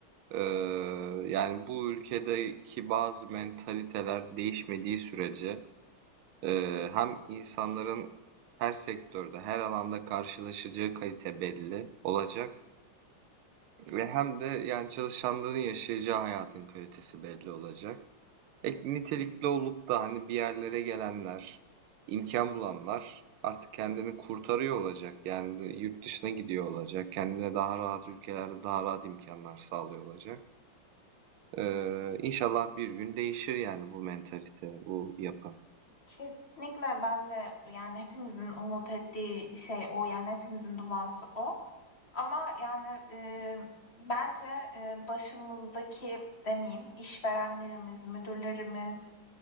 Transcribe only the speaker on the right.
eee, yani bu ülkedeki bazı mentaliteler değişmediği sürece eee, hem insanların her sektörde, her alanda karşılaşacağı kalite belli olacak. Ve hem de yani çalışanların yaşayacağı hayatın kalitesi belli olacak. E, nitelikli olup da hani bir yerlere gelenler, imkan bulanlar artık kendini kurtarıyor olacak. Yani yurt dışına gidiyor olacak. Kendine daha rahat ülkelerde daha rahat imkanlar sağlıyor olacak. Ee, inşallah bir gün değişir yani bu mentalite, bu yapı.